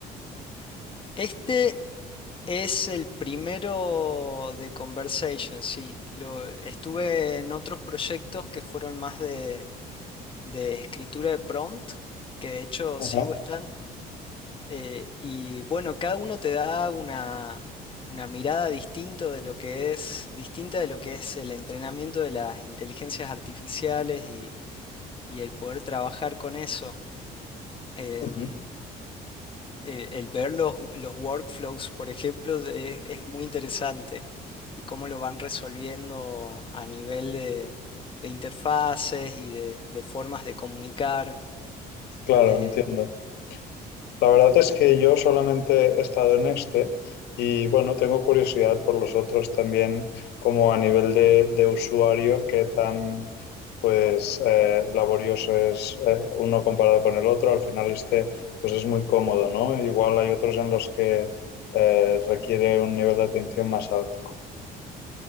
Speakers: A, on the left; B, on the left.
A: Este es el primero de Conversation, sí. Lo, estuve en otros proyectos que fueron más de de escritura de prompt, que de hecho
B: Ajá.
A: sigo estando. eh, y bueno, cada uno te da una, una mirada distinto de lo que es, distinta de lo que es el entrenamiento de las inteligencias artificiales y, y el poder trabajar con eso. En-
B: ujú.
A: el, el ver los, los workflows, por ejemplo, es, es muy interesante y cómo lo van resolviendo a nivel de, de interfaces y de, de formas de comunicar.
B: Claro,
A: eh,
B: entiendo. La verdad es que yo solamente he estado en este y bueno, tengo curiosidad por los otros también, como a nivel de, de usuario, qué tan pues eh, laborioso es eh, uno comparado con el otro. Al final este pues es muy cómodo, ¿no? Igual hay otros en los que eh, requiere un nivel de atención más alto.